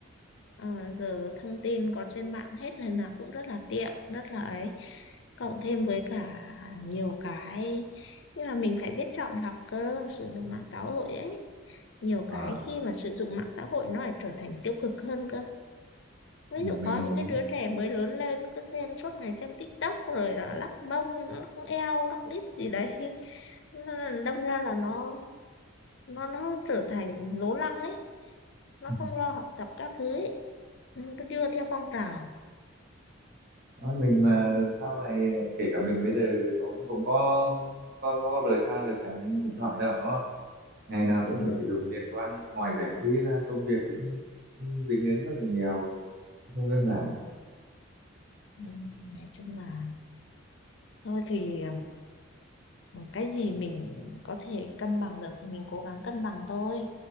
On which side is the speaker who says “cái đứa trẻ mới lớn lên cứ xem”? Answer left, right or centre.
Left